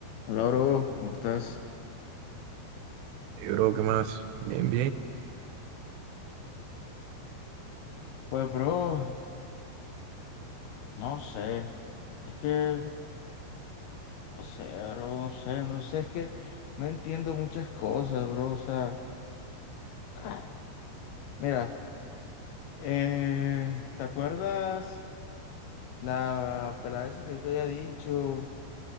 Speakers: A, on the left (about 75°); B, on the right (about 80°).
A: Hola, bro, ¿cómo estás?
B: Hey, bro, ¿qué más? Bien,
A: Pues, bro, no sé. Es que, no sé, bro, no sé, no sé, es que no entiendo muchas cosas, bro. O sea, ah, mira, eh, ¿te acuerdas la pelada esa que yo te había dicho